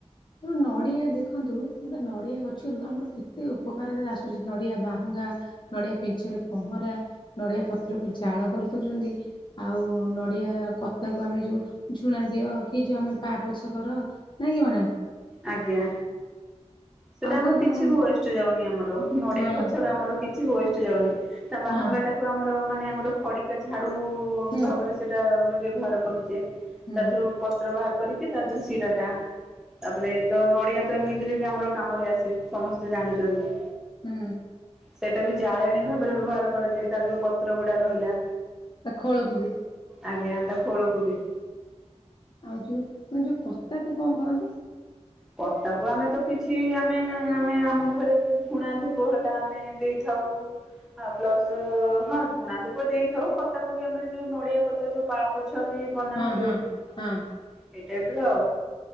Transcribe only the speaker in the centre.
ଆଜ୍ଞା ସେଟା
ଆମର
କିଛି
ବି ୱେଷ୍ଟ ଯାଉନି ଆମର। ନଡିଆ
ଗଛର ଆମର କିଛି କିଛି ୱେଷ୍ଟ ଯାଉନି ତା ବାହାଙ୍ଗା
ଟାକୁ ଆମର ମାନେ ଆମର ଖଡି ଝାଡୁ
ଭାବରେ ସେଇଟା ଆମେ ବ୍ୟବହାର କରୁଛେ। ତା
ଦେହରୁ ପତ୍ର ବାହାର କରିକି ତା ଯୋଉ ଶିରାଟା। ତାପରେ ତ ନଡିଆ ତ ଏମିତିରେ ବି ଆମର କାମରେ ଆସେ ସମସ୍ତେ ଜାଣିଛନ୍ତି।
ସେଇଟା ବି ଜାଳେଣୀ ଭାବରେ ବ୍ୟବହାର କରାଯାଏ। ତାର ଯୋଉ ପତ୍ର ଗୁଡାକ ରହିଲା।
ଆଜ୍ଞା ତା ଖୋଳକୁ ବି।
କତାକୁ ଆମେ ତ କିଛି ଆମେ ଆମେ ଆମ ଘରେ ଯୋଉ ଝୁଣା ଧୂପ ହେଲା, ଆମେ ଦେଇଥାଉ। ହଁ ପ୍ଲସ ହଁ ଝୁଣା ଧୂପ ଦେଇଥାଉ। କତାକୁ ବି ଆମ ଯୋଉ ନଡିଆ କତା ଯୋଉ ପା ପୋଛ ବି ବନା
ହୁଏ।
ଏଇ
ଟାଇପ୍ ର ଆଉ।